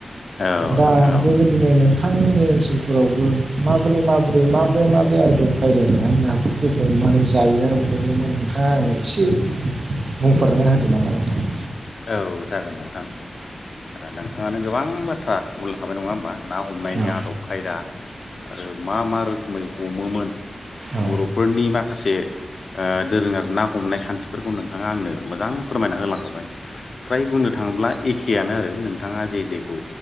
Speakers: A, on the left; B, on the right.
A: औ
B: दा
A: नोंथां औ
B: बेबायदिनो नोंथांमोननि ओनसोलफोरावबो माबोरै माबोरै माबोरै माबोरै आदब खायदाजोंहाय नाफोरखौ हमनानै जायो आरो हमोमोन नोंथाङा होनो एसे बुंफोरना होदो नामा नोंथां
A: औ जागोन नोंथां नोंथाङानो गोबां बाथ्रा बुंलांखाबाय नङा होमब्ला ना हमनायनि
B: औ
A: आदब खायदा आरो मा मा रोखोमै हमोमोन
B: औ
A: बर' फोरनि माखासे दोरोङारि ना हमनाय खान्थिफोरखौ नोंथाङा आंनो मोजां फोरमायना होलांखाबाय फ्राय बुंनो थाङोब्ला एखेयानो आरो नोंथाङा जे जेखौ